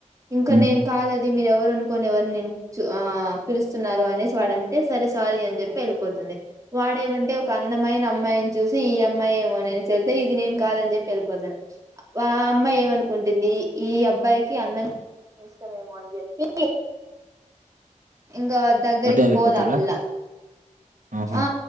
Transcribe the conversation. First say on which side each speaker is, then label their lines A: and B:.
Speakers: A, on the right (about 25°); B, on the right (about 85°).
A: ఇంకా
B: హ్మ్.
A: నేను కాదు అది మీరు ఎవరు అనుకొని ఎవరుని ని ఆ పిలుస్తున్నన్నారు అనేసి వాడంటే సరే సారీ అని చెప్పి వెళ్ళిపోతుంది వాడేమంటే ఒక అందమైన అమ్మాయిని చూసి ఈ అమ్మాయి ఏమో వెళ్తే ఇది నేను కాదని చెప్పి వెళ్ళిపోతాను ఆ అమ్మాయి ఏమను కుంటుంది ఈ అబ్బాయికి అందం ఇస్తామేమో అని చెప్పి ఇంగ దగ్గరకి
B: అటే ఎళ్ళిపోతారా?
A: పోదా పిలా
B: ఆహా!
A: ఆ